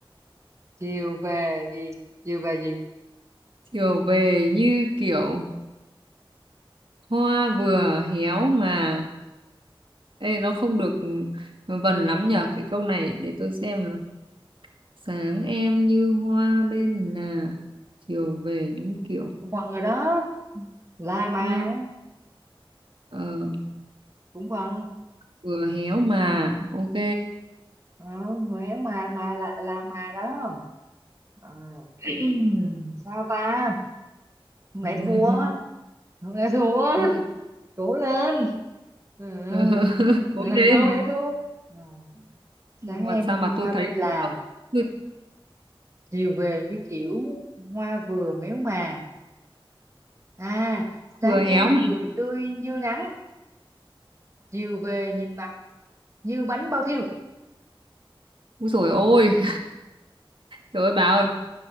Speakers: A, on the right; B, on the right.
A: chiều về gì chiều về gì
B: chiều về như kiểu hoa vừa héo mà ê nó không được vần lắm nhở cái câu này để tôi xem nào. sáng em như hoa bên là chiều về như kiểu
A: cũng vần rồi đó la mà
B: hoa ờ,
A: cũng vần
B: vừa héo mà ok
A: Ờ, người héo mà mà là là mà đó Ờ, <clears throat> sao ta không
B: <laughs>
A: lẽ thua không lẽ thua
B: tôi
A: cố lên ừ.
B: ờ, <laughs> bốn
A: Ừ, <laughs>
B: lên
A: không lẽ thua Ờ, sáng
B: mà
A: em
B: sao
A: như
B: mà
A: hoa
B: tôi thấy
A: bên là
B: tôi
A: chiều về như kiểu hoa vừa méo mà à sáng
B: vừa héo
A: em
B: mà
A: cười tươi như nắng chiều về nhìn mặt như bánh bao thiêu
B: úi dồi ôi trời ơi bà ơi